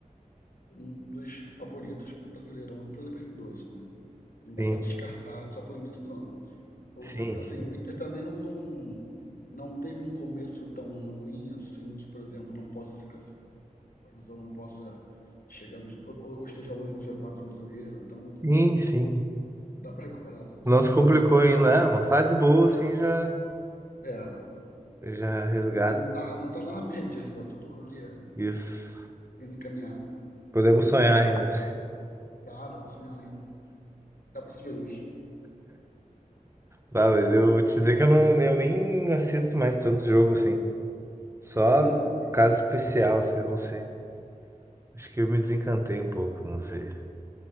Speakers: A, on the left; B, on the right.
A: um dos favoritos para o Brasileirão e para Libertadores, né? Não dá
B: Sim,
A: para descartar só para o início do ano. O-
B: sim,
A: Assim,
B: sim.
A: o Inter também não, não, não teve um começo tão ruim assim que, por exemplo, não possa se classificar na Libertadores ou não possa chegar no, ou, ou esteja longe do G4 brasileiro. Então,
B: Sim, sim.
A: dá para recuperar tudo,
B: Não
A: sim.
B: se complicou ainda. É, uma fase boa, assim, já,
A: É,
B: já resgata.
A: não tá, não tá nada perdido, tá tudo ali é,
B: Isso.
A: indo encaminhado.
B: Podemos sonhar ainda.
A: Dá, dá para sonhar ainda, dá para ser feliz.
B: Tá, mas eu vou te dizer que eu não, eu nem assisto mais tanto jogo assim. Só
A: É mesmo.
B: caso especial, assim, eu não sei. Acho que eu me desencantei um pouco, não sei.